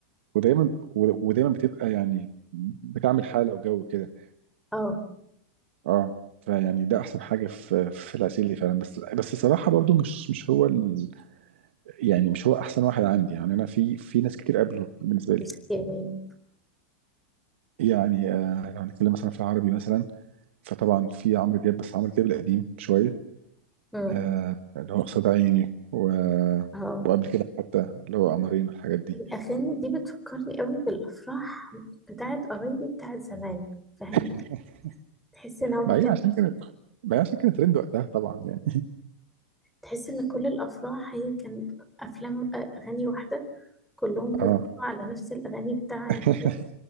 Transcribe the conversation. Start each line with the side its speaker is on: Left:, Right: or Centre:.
Right: ودايما ودايما بتبقى يعني بتعمل حاله وجو كده
Centre: اه
Right: اه فيعني ده احسن حاجه في في العسيلي فعلا بس بس الصراحه برضو مش مش هو ال يعني مش هو احسن واحد عندي يعني انا في في ناس كتير قبله بالنسبه لي
Centre: مش يعني
Right: يعني آه لو هنتكلم مثلا في العربي مثلا فطبعا في عمرو دياب بس عمرو دياب القديم شويه
Centre: امم
Right: آه اللي هو قصاد عيني و
Centre: اه
Right: وقبل كده حتى اللي هو قمرين والحاجات دي
Centre: الأغاني دي بتفكرني قوي بالأفراح بتاعت قرايبي بتاعت زمان فاهم
Right: <laughs>
Centre: تحس إن هو ما
Right: ما
Centre: كان
Right: هي عشان كانت ما هي عشان كانت ترند وقتها طبعا يعني
Centre: تحس إن كل الأفراح هي كانت أفلام آه، أغاني واحدة كلهم بيرقصوا
Right: اه
Centre: على نفس الأغاني بتاعت
Right: <laughs>